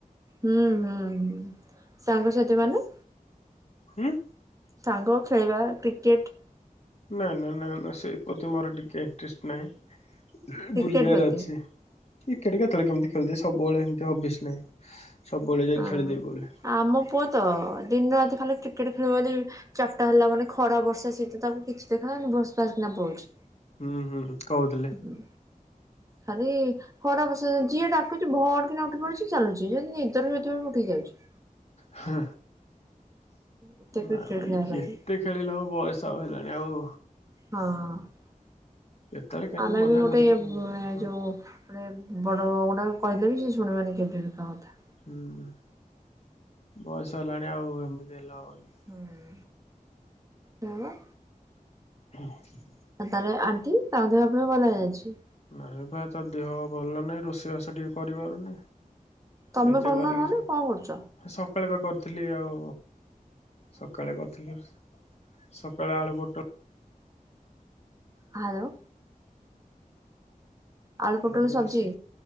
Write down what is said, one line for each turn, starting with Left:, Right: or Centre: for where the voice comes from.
Right: ହୁଁ, ହୁଁ, ହୁଁ ସାଙ୍ଗସାଥି ମାନେ?
Left: ହୁଁ।
Right: ସାଙ୍ଗ ଖେଳିବା କ୍ରିକେଟ୍।
Left: ନା, ନା, ନା, ନା ସେ ପ୍ରତି ମୋର ଟିକେ ଇଣ୍ଟରେଷ୍ଟ ନାହିଁ।
Right: କ୍ରିକେଟ
Left: ବୁଲିବାରେ
Right: ପ୍ରତି
Left: ଅଛି, କ୍ରିକେଟ୍ କେତେବେଳେ କେମିତି ଖେଳି ଦିଏ। ସବୁବେଳେ ଏମିତି ହବିସ୍ ନାହିଁ। ସବୁବେଳେ ଯାଇକି
Right: ହଁ।
Left: ଖେଳିଦେବି ବୋଲି।
Right: ଆମ ପୁଅ ତ ଦିନ ରାତି ଖାଲି କ୍ରିକେଟ୍ ଖେଳିବ ବୋଲି ଚାଟା ହେଲା ମାନେ ଖ ଖରା, ବର୍ଷା, ଶୀତ ତାକୁ କିଛି ଦେଖାଯାଉନି ଭୁସ୍ ପାସ କିନା ପଳୁଛି।
Left: ହୁଁ ହୁଁ। କହୁଥିଲେ
Right: ହଁ ଖାଲି। ଖରା ବସି ଯାଇଚି ଯିଏ ଡାକୁଛି ଭଡ କିନା ଉଠି ପଡୁଛି ଚାଲୁଛି ଯଦି ନିଦରୁ ଶୋଇଥିବ ବି ଉଠି ଯାଉଛି।
Left: ହଁ
Right: ଏତେ କ୍ରିକେଟ
Left: ନା ଆଉଏତେ।
Right: ଖେଳିବା ପାଇଁ
Left: ଖେଳିଲା ବୟସ ଆଉ ହେଲାଣି ଆଉ।
Right: ହଁ।
Left: କେତେବେଳେ କେମିତି
Right: ଆମେ
Left: ମଜା
Right: ବି ଗୋଟେ
Left: ଖୁସିରେ
Right: ଯୋଉ।
Left: ଖେଳିଦବା କଥା।
Right: ଗୋଟେ ବଡ ଗୁଡାକ କହିଲେ ବି ସେ ଶୁଣିବେନି କେତୋ କଥା ବାତା
Left: ହୁଁ ବୟସ ହେଲାଣି ଆଉ ଏମିତି ହେଲା ହବ।
Right: ହୁଁ ଯବା।
Left: ହୁଁ।
Right: ତାହଲେ ଆଣ୍ଟି ତା ଦେ ଅପରେ ଭଲରେ ଅଛି।
Left: ନାଇଁ ବା ତା ଦେହ ଭଲ ନହିଁ ରୋଷେଇବାସ ଟିକେ କରିପାରୁନି।
Right: ତମେ
Left: ନିଜେ
Right: କରୁନ
Left: କରିକି
Right: ନହେଲେ କଣ କରୁଛ
Left: ସକାଳେ ବା କରିୁଥିଲି ଆଉ ସକାଳେ କରିଥିଲ ସକାଳେ ଆଳୁ ପୁଟଳ
Right: ହ୍ୟାଲୋ। ଆଳୁ ପୋଟଳ
Left: ହଁ ମୋର
Right: ସବଜି
Left: ସେ